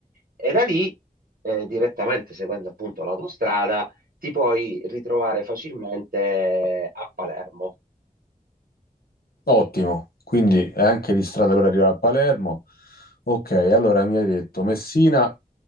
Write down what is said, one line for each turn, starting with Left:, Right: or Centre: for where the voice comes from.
Right: E da lì, eh, direttamente seguendo appunto l'autostrada, ti puoi ritrovare facilmente a Palermo.
Left: Ottimo, quindi è anche di strada per arrivare a Palermo. Ok, allora mi hai detto Messina